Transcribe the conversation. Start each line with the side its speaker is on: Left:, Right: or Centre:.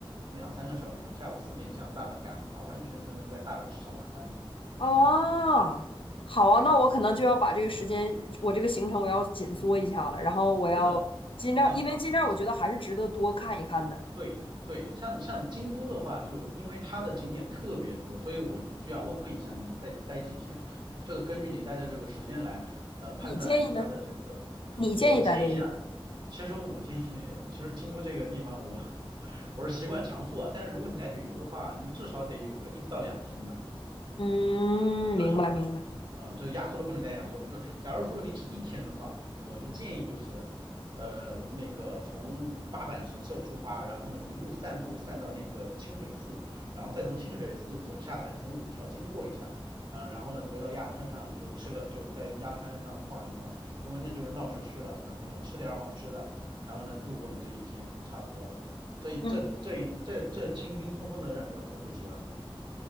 Right: 两三个小时，下午四点向大阪赶的话，完全是能在大阪吃上晚饭的。
Left: 啊，好啊，
Right: 对的，
Left: 那我可能就要把这个时间，我这个行程我要紧缩一下了，
Right: 嗯嗯，
Left: 然后我要尽量，
Right: 是的，嗯。
Left: 因为尽量我觉得还是值得多看一看的。
Right: 对对，像像京都的话，就因为它的景点特别多，所以我就要问一下你再待几天，这个根据你待的这个时间来，呃，判断它的这个。
Left: 你建议呢？你建议待多久？
Right: 我建议啊，其实我建议，其实京都这个地方我 <laughs> 我是习惯常住啊，但是如果你来旅游的话，你至少得有个一到两天吧，
Left: 嗯，明白明白。
Right: 至少。嗯，就是压缩了不能再压缩了。就假如说你只一天的话，我的建议就是，呃，那个从八坂神社出发，然后呢一路散步散到那个清水寺，然后再从清水寺走下来，从五条经过一下，嗯、然后呢回到鸭川上就吃个就在鸭川上晃一晃，因为那就是闹市区了。然后呢吃点儿好吃的，然后呢度过你这一天就差不多了。这一这这一这这轻轻松松的让你要走个几万步。
Left: 嗯，